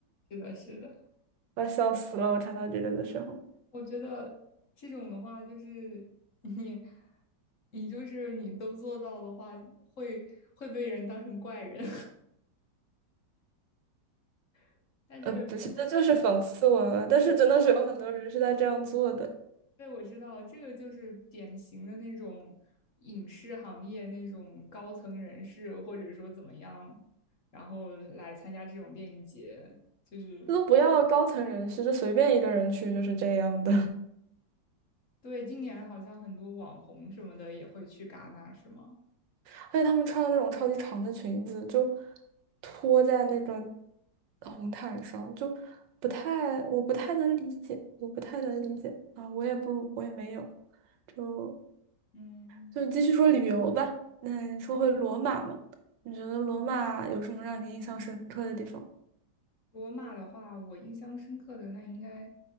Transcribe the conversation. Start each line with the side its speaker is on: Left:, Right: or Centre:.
Left: 是的，是的，
Right: <laughs> 我笑死了！我看到这个的时候，
Left: 我觉得这种的话，就是你你就是你都做到的话，会会被人当成怪人，<laughs> 但是但是
Right: 呃，不是，这就是讽刺我了。但是真的是有很多人是在这样做的，
Left: 我知道。对，我知道这个就是典型的那种影视行业那种高层人士，或者说怎么样，然后来参加这种电影节，就是
Right: 这都不要高层人士，就随便一个人去就是这样的。
Left: 对，今年好像很多网红什么的也会去戛纳，是吗？
Right: 而且他们穿的那种超级长的裙子，就拖在那个红毯上，就不太，我不太能理解，我不太能理解啊，我也不，我也没有，就
Left: 嗯。
Right: 就继续说旅游吧。那说回罗马嘛，你觉得罗马有什么让你印象深刻的地方？
Left: 罗马的话，我印象深刻的那应该，